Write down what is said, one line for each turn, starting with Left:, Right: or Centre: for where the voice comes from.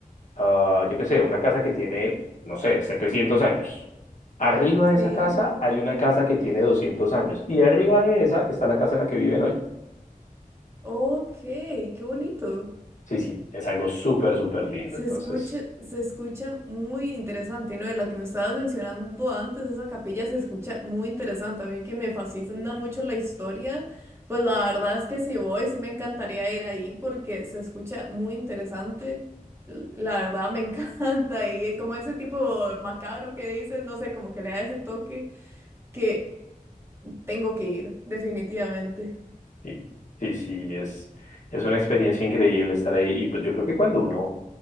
Left: ah, yo qué sé, una casa que tiene, no sé, 700 años. Arriba de
Right: sí,
Left: esa casa hay una casa que tiene 200 años y arriba de esa está la casa en la que viven hoy.
Right: ok, qué bonito.
Left: Sí, sí, es algo súper, súper lindo.
Right: Se
Left: Entonces,
Right: escucha, se escucha muy interesante, ¿no? De la que me estabas mencionando antes, esa capilla se escucha muy interesante. A mí que me fascina mucho la historia, pues la verdad es que si voy, sí me encantaría ir ahí porque se escucha muy interesante. L- La verdad me <laughs> encanta y como ese tipo macabro que dices, no sé, como que le da ese toque que tengo que ir, definitivamente.
Left: sí, sí, sí, es, es una experiencia increíble estar ahí y pues yo creo que cuando uno